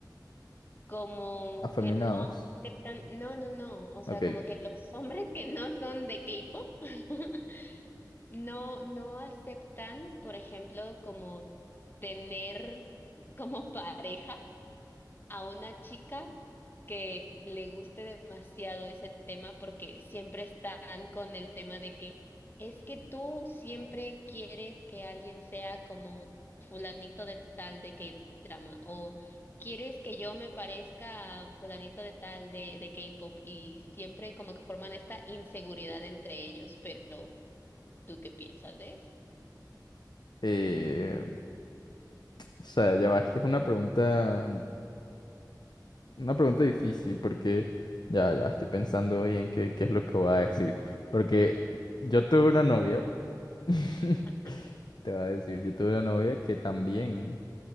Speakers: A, on the left; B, on the left.
A: Como
B: Afeminados,
A: que no aceptan, no, no, no, o sea,
B: ok.
A: como que los hombres que no son de K-pop <laughs> no, no aceptan, por ejemplo, como tener como pareja a una chica que le guste demasiado ese tema porque siempre están con el tema de que es que tú siempre quieres que alguien sea como fulanito de tal de K-drama o quieres que yo me parezca a fulanito de tal de, de K-pop y siempre como que forman esta inseguridad entre ellos, pero ¿tú qué piensas de eso?
B: Eh, o sea, ya va, es que es una pregunta, una pregunta difícil porque ya, ya estoy pensando bien qué, qué es lo que voy a decir. Porque yo tuve una novia, <laughs>
A: Ajá.
B: te voy a decir, yo tuve una novia que también